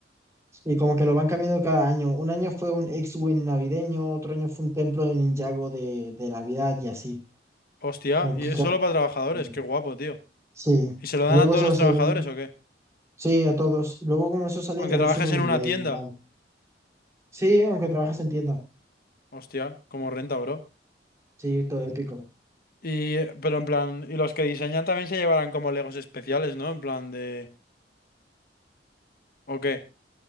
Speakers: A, on the right; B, on the left.
A: Y como que lo van cambiando cada año. Un año fue un X-Wing navideño, otro año fue un templo de Ninjago de, de Navidad y así.
B: Hostia,
A: Como
B: y
A: que
B: es
A: ca-
B: solo para trabajadores,
A: Sí.
B: qué guapo, tío.
A: Sí,
B: ¿Y se lo dan
A: Y luego
B: a todos
A: eso
B: los
A: se
B: trabajadores
A: ven.
B: o qué?
A: Sí, a todos. Y luego como eso sale
B: Aunque
A: carísimo
B: trabajes
A: en
B: en
A: eBay
B: una tienda.
A: y tal. Sí, aunque trabajas en tienda.
B: Hostia, como renta, bro.
A: Sí, todo épico.
B: Y, eh, pero en plan, y los que diseñan también se llevarán como Legos especiales, ¿no? En plan de... ¿O qué?